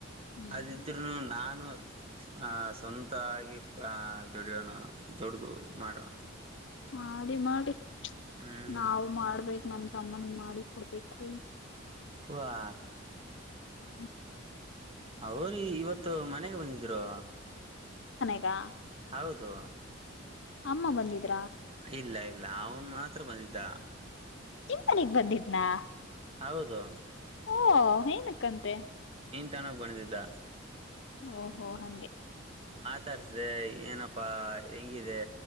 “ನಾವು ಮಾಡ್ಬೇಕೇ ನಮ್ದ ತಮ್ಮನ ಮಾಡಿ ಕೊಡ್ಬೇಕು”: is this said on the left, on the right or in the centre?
Left